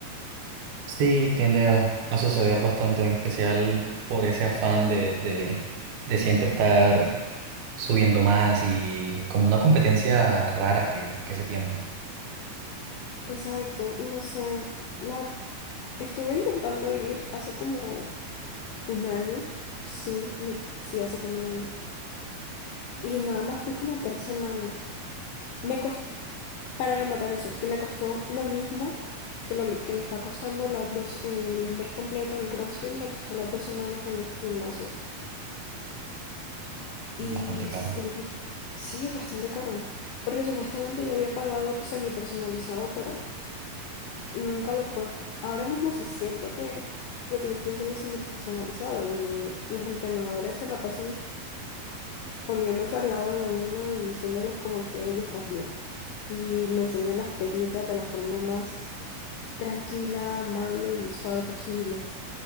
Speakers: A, on the right (about 75°); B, on the left (about 85°).
A: Sí, tiende a, a suceder bastante, en especial por ese afán de, de, de siempre estar subiendo más y como una competencia rara que, que se tiene,
B: Exacto, y no sé, la estuve intentando ir hace como un año, sí, li- sí, hace como un año, y nada más fui como tres semanas. Me Para rematar eso, que me costó lo mismo que lo que me está costando las dos, el mes completo en CrossFit, me costó las dos semanas en el gimnasio.
A: bastante
B: Y
A: caro.
B: siento, sí, es bastante caro, porque supuestamente yo había pagado semi personalizado, pero nunca lo fue. Ahora mismo sí siento que lo que yo estoy haciendo es semi personalizado y los entrenadores se la pasan poniéndose al lado de uno y diciéndoles como que, oye, estás bien. Y me enseñan las técnicas de la forma más tranquila, amable y suave posible,